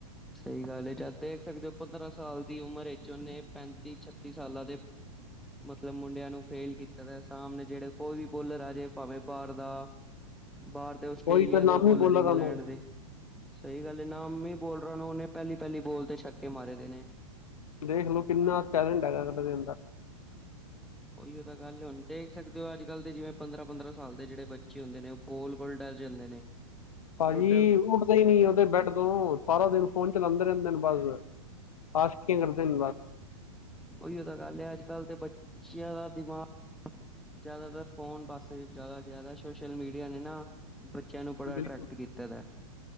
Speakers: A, in the centre; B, on the left.
A: ਸਹੀ ਗੱਲ ਹੈ, ਜਦ ਦੇਖ ਸਕਦੇ ਹੋ ਪੰਦਰਾਂ ਸਾਲ ਦੀ ਉਮਰ ਵਿੱਚ ਉਹਨੇ ਪੈਂਤੀ ਛੱਤੀ ਸਾਲਾਂ ਦੇ ਮਤਲਬ ਮੁੰਡਿਆਂ ਨੂੰ ਫੇਲ ਕੀਤਾ ਦਾ, ਸਾਹਮਣੇ ਜਿਹੜੇ ਕੋਈ ਵੀ ਬੋਲਰ ਆ ਜੇ, ਭਾਵੇਂ ਬਾਹਰ ਦਾ। ਬਾਹਰ ਦੇ, ਆਸਟ੍ਰੇਲੀਆ
B: ਉਹੀ ਤਾਂ
A: ਦੇ
B: ਨਾਮ
A: ਬੋਲਰ
B: ਹੀ ਬੋਲਾ
A: ਇੰਗਲੈਂਡ
B: ਤੁਹਾਨੂੰ
A: ਦੇ ਸਹੀ ਗੱਲ ਹੈ, ਨਾਮੀ ਬੋਲਰਾਂ ਨੂੰ ਉਹਨੇ ਪਲੀ ਪਹਿਲੀ ਬੋਲ ਤੇ, ਛੱਕੇ ਮਾਰੇ ਦੇ ਨੇ।
B: ਦੇਖ ਲਓ ਕਿੰਨਾ ਟੈਲੈਂਟ ਹੈਗਾ ਅ, ਐਦੇ ਅਦਰ।
A: ਉਹੀਓ ਤਾਂ ਗੱਲ ਹੈ, ਹੁਣ ਦੇਖ ਸਕਦੇ ਹੋ, ਅੱਜ ਕੱਲ ਦੇ ਜਿਵੇਂ ਪੰਦਰਾਂ ਪੰਦਰਾਂ ਸਾਲ ਦੇ ਜਿਹੜੇ ਬੱਚੇ ਹੁੰਦੇ ਨੇ ਉਹ ਗੋਲ ਕੋਲ ਡਰ ਜਾਂਦੇ ਨੇ
B: ਭਾਜੀ,
A: ਪਰ ਉਹ ਡਰ
B: ਉੱਠਦਾ ਹੀ ਨੀ ਉਹਦੇ ਬੈਡ ਤੋਂ, ਸਾਰਾ ਦਿਨ ਫੋਨ ਚਲਾਉਂਦੇ ਰਹਿੰਦੇ ਨੇ ਬਸ। ਆਸ਼ਕੀ ਕਰਦੇ ਨੇ, ਬਸ
A: ਉਹੀਓ ਤਾਂ ਗੱਲ ਹੈ, ਅੱਜ ਕੱਲ੍ਹ ਦੇ ਬੱਚਿਆਂ ਦਾ ਦਿਮਾਗ ਜ਼ਿਆਦਾਤਰ ਫੋਨ ਪਾਸੇ, ਜ਼ਿਆਦਾ ਗਿਆ ਸੋਸ਼ਲ ਮੀਡੀਆ ਨੇ ਨਾ ਬੱਚਿਆਂ ਨੂੰ ਬੜਾ
B: ਬਿਲਕੁਲ
A: ਐਟਰੈਕਟ ਕੀਤਾ ਦਾ ਐ,